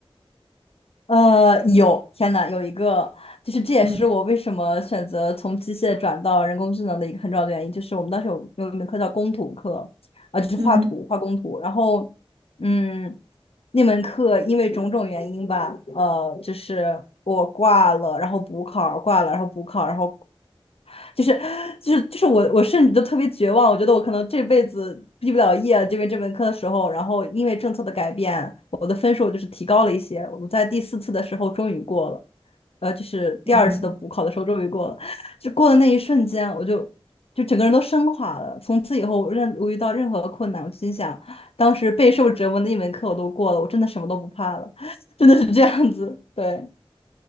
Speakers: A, on the left; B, on the right.
A: 呃，有，天呐，有一个，就是这也是我为什么选择从机械转到人工智能的一个很重要的原因，
B: 嗯
A: 就是我们当时有有一门课叫工图课，啊、就是画图、
B: 嗯
A: 画工图，然后，嗯，那门课因为种种原因吧，呃，就是我挂了，然后补考挂了，然后补考，然后就是就是就是我我甚至都特别绝望，我觉得我可能这辈子毕不了业这边这门课的时候，然后因为政策的改变，我的分数就是提高了一些，我在第四次的时候终于过了，呃，就是第二次的补考的时候终于过了，
B: 嗯，
A: 就过的那一瞬间，我就就整个人都升华了，从此以后我任我遇到任何困难，我心想，当时备受折磨的一门课我都过了，我真的什么都不怕了，真的是这样子，对，